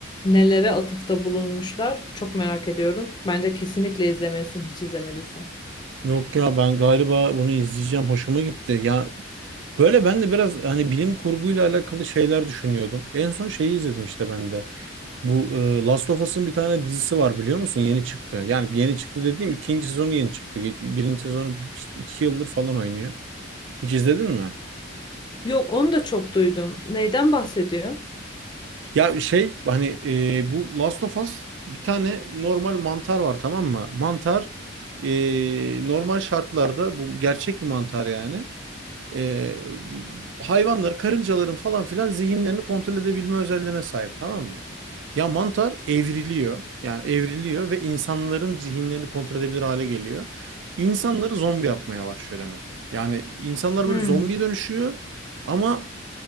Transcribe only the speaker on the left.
nelere atıfta bulunmuşlar çok merak ediyorum. Bence kesinlikle izlemelisin hiç izlemediysen.
Yok onu da çok duydum. Neyden bahsediyor?
Hmm.